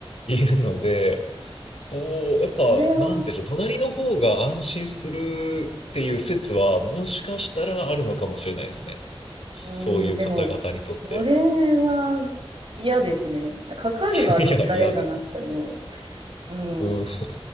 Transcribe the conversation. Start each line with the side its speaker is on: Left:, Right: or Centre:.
Left: いるので、おーやっぱ、
Right: それは
Left: なんでしょう、隣の方が安心するっていう説は、もしかしたらあるのかもしれないですね。そういう方々にとって。
Right: うーん、でも、それは嫌ですね。かかるのは絶対嫌だなって思う。
Left: <laughs> いや、嫌です。
Right: うん。
Left: うん。